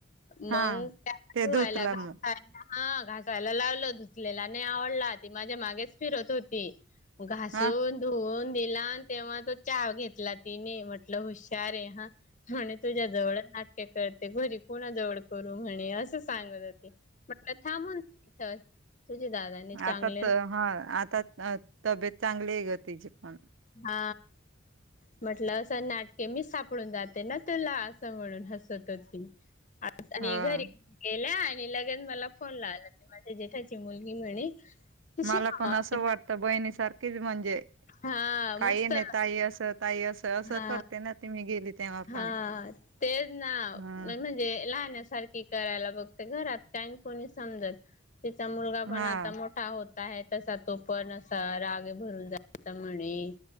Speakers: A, on the left; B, on the right.
A: मग
B: हा
A: त्याला
B: ते
A: धुवायला,
B: धुतला
A: घासयला.
B: मग
A: हा घासायला लावलं, धूतलेला नाही आवडला. ती माझ्या मागेच फिरत होती. घासून,
B: हा
A: धुऊन दिला आणि तेव्हा तो चा घेतला तिने. म्हटलं हुशारय हा. म्हने तुझ्या जवळ नाटके करते, घरी कुणा जवळ करू म्हणे. असं सांगत होती <unintelligible> दादानी चांगले
B: आता तर हा, आता अ तब्येत चांगलीय ग तीची पण.
A: हा म्हटलं असं नाटके, मी सापडून जाते ना तुला. मनून हसत होती. आत आणि
B: हा
A: घरी गेल्या आणि ल मला फोन लावला, माझ्या जेठाची मुलगी म्हणे कशी
B: मला
A: मावशी
B: पण असं वाटतं, बहिणी सारखीच म्हणजे
A: हा
B: काही
A: मस्त
B: नाही ताई असं, ताई असं असं
A: हा,
B: करते ना ती मी गेली तेव्हा
A: हा
B: पण
A: तेच ना,
B: हम्म
A: म्हणजे लहण्यासारख करायला बघते. घरात का कोणी समजत. तिचा मुलगा पण
B: हा
A: आता मोठा हो आहे तसा तो पण असा, रागे भरून जात म्हणे.